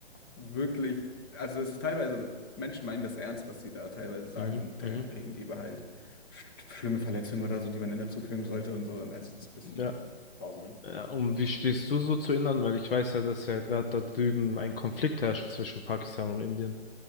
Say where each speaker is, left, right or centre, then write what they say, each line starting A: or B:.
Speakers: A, on the left; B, on the left.
A: wirklich, also es ist teilweise, also Menschen meinen das ernst, was sie da teilweise sagen
B: mhm,
A: und
B: mhm,
A: da reden die über halt sch- schlimme Verletzungen oder so, die man in der zuführen sollte und so. Und also das ist ein bisschen
B: ja.
A: grausam.
B: ja. Und wie stehst du so zu Indern? Weil ich weiß ja, dass ja gerade da drüben ein Konflikt herrscht zwischen Pakistan und Indien.